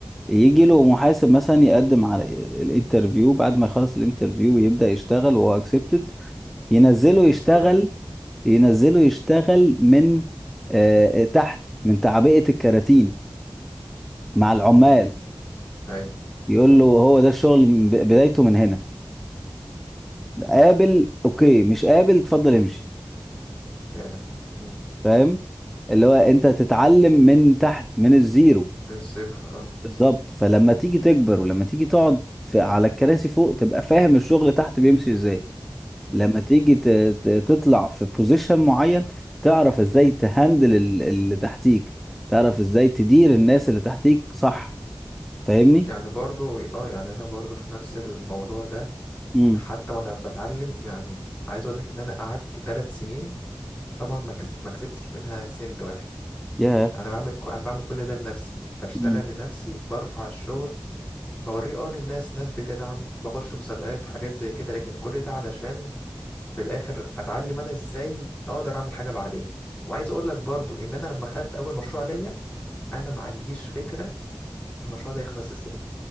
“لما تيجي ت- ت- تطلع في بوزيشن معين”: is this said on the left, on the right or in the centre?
Centre